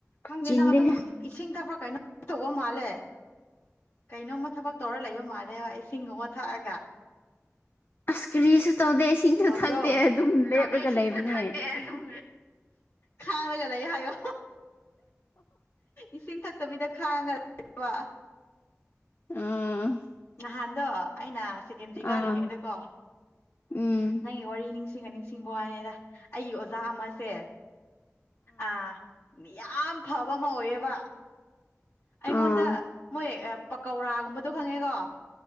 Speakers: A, on the left (about 60°); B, on the left (about 45°).
A: ꯈꯪꯗꯦ
B: ꯆꯤꯟꯗꯦ
A: ꯅꯪ ꯑꯗꯨꯝ ꯏꯁꯤꯡ ꯊꯛꯄ꯭ꯔꯥ ꯀꯩꯅꯣ ꯇꯧꯕ ꯃꯥꯜꯂꯦ꯫ ꯀꯩꯅꯣꯝꯃ ꯊꯕꯛ ꯇꯧꯔ ꯂꯩꯕ ꯃꯥꯜꯂꯦꯕ ꯏꯁꯤꯡꯒꯨꯝꯕ ꯊꯛꯑꯒ꯫
B: ꯑꯁ ꯀꯔꯤꯁꯨ ꯇꯧꯗꯦ ꯏꯁꯤꯡꯁꯨ
A: ꯇꯧꯕ꯭ꯔꯣ
B: ꯊꯛꯇꯦ ꯑꯗꯨꯝ ꯂꯦꯞꯔꯒ
A: ꯇꯧꯗꯦ ꯏꯁꯤꯡꯁꯨ
B: ꯂꯩꯕꯅꯦ
A: ꯊꯛꯇꯦ ꯑꯗꯨꯝ ꯈꯥꯡꯂꯒ ꯂꯩ ꯍꯥꯏꯌꯣ ꯏꯁꯤꯡ ꯊꯛꯇꯕꯤꯗ ꯈꯥꯡꯉ <inaudible> ꯋꯥ
B: ꯎꯝ
A: ꯅꯍꯥꯟꯗꯣ ꯑꯩꯅ ꯁꯦꯀꯦꯟꯗ꯭ꯔꯤ
B: ꯑꯥ
A: ꯀꯥꯔꯤꯉꯩꯗꯀꯣ
B: ꯎꯝ
A: ꯅꯪꯒꯤ ꯋꯥꯔꯤ ꯅꯤꯡ ꯁꯤꯡꯑ ꯅꯤꯡꯁꯤꯡꯕ ꯋꯥꯅꯦꯗ ꯑꯩꯒꯤ ꯑꯣꯖꯥ ꯑꯃꯁꯦ ꯑꯥ ꯌꯥꯝ ꯐꯕ ꯑꯃ ꯑꯣꯏꯌꯦꯕ꯫ ꯑꯩꯉꯣꯟꯗ
B: ꯑꯥ
A: ꯃꯣꯏ ꯄꯀꯧꯔꯥꯒꯨꯝꯕꯗꯣ ꯈꯪꯉꯦꯀꯣ